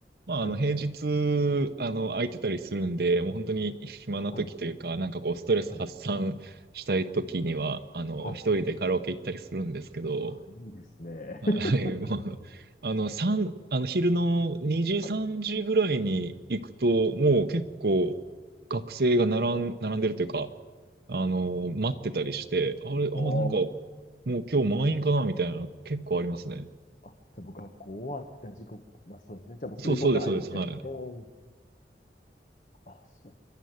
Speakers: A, on the right; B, on the left.
A: まあ、
B: はい。
A: あの、平日、あの、空いてたりするんで、もう本当に暇な時というか、
B: はい。
A: なんかこう、ストレス発散したい時には、
B: はい。
A: あの、
B: はい。
A: 一人でカラオケ行ったりするんですけど、
B: あ、いいですね。
A: はい、
B: <laughs>
A: まあ、あの、三あの、昼の2時、
B: はい。
A: 3時ぐらいに行くと、もう結構学生が並ん、並んでるというか、あの、待ってたりして、あれ、あ、
B: おー
A: なんか、もう今日満員かなみたいな、結構ありますね。
B: あ、じゃあ僕はこう終わった時刻、まあそうですね。じゃあもうすぐ行こうか、
A: そう、そうです、そうです。
B: 言って。
A: はい。
B: おーあ、そう。